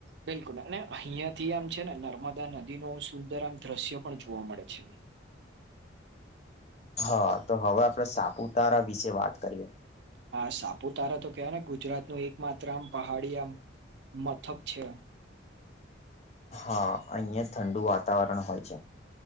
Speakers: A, on the right; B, on the left.
A: બિલકુલ અને અહિયાં થી આમ છે ને નર્મદા નદી નું સુંદર આમ દ્રશ્ય પણ જોવા મળે છે.
B: હા તો હવે આપડે સાપુતારા વિશે વાત કરીએ.
A: હા સાપુતારા તો કેવાય ને ગુજરાત નું એક માત્ર આમ પહાડી આમ મથક છે.
B: હા અહીંયા ઠંડુ વાતાવરણ હોય છે.